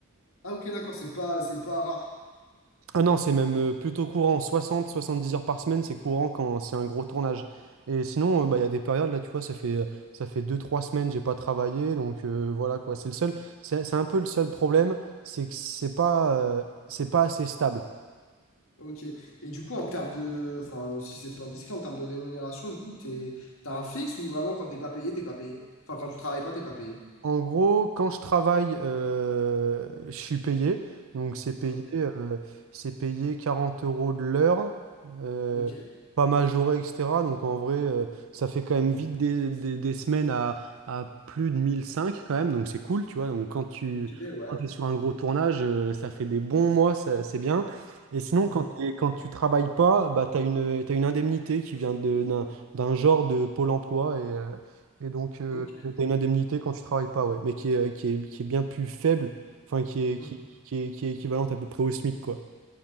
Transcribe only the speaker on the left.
Ah ok, d'accord, c'est pas, c'est pas rare.
Ok. Et du coup, en termes de. Enfin, euh, si c'est pas indiscret, en termes de rémunération, du coup, t'es, t'as un fixe ou vraiment quand t'es pas payé, t'es pas payé? Enfin, quand tu travailles pas, t'es pas payé.
Ok,
ok,
ok, ouais.
Mhm.
Ok.
Mhm.